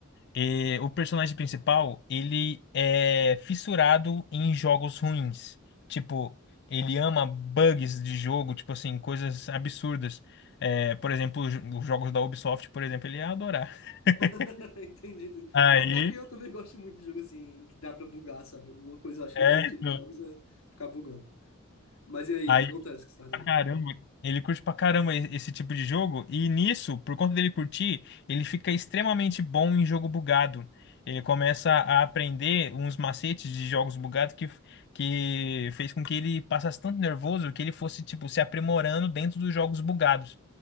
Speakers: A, on the left; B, on the left.
A: E o personagem principal, ele é fissurado em jogos ruins. Tipo, ele ama bugs de jogo, tipo assim, coisas absurdas. É, por exemplo, os os jogos da Ubisoft, por exemplo, ele ia adorar. <laughs>
B: <laughs> Entendi, entendi.
A: Aí,
B: Ah, pior que eu também gosto muito de jogo assim, que dá pra bugar, sabe? Alguma coisa eu acho
A: é,
B: mais divertida
A: então,
B: dos jogos é ficar bugando. Mas e aí,
A: aí
B: o que acontece que você tá dizendo?
A: pra caramba. Ele curte pra caramba e- esse tipo de jogo, e nisso, por conta dele curtir, ele fica extremamente bom em jogo bugado. Ele começa a aprender uns macetes de jogos bugados que, que fez com que ele passasse tanto nervoso que ele fosse, tipo, se aprimorando dentro dos jogos bugados.